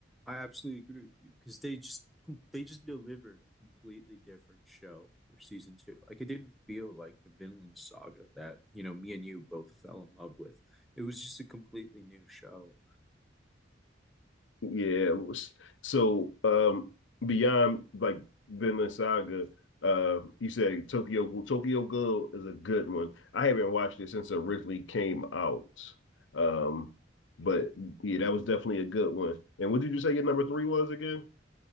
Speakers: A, in the centre; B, on the left.
A: I absolutely agree with you because they just they just delivered a completely different show for season two. Like it didn't feel like the Vinland Saga that you know me and you both fell in love with. It was just a completely new show.
B: Yeah. s- So, um, beyond like Vinland Saga, uh, you said Tokyo Ghoul. Tokyo Ghoul is a good one. I haven't watched it since it originally came out. Um, but yeah, that was definitely a good one. And what did you say your number three was again?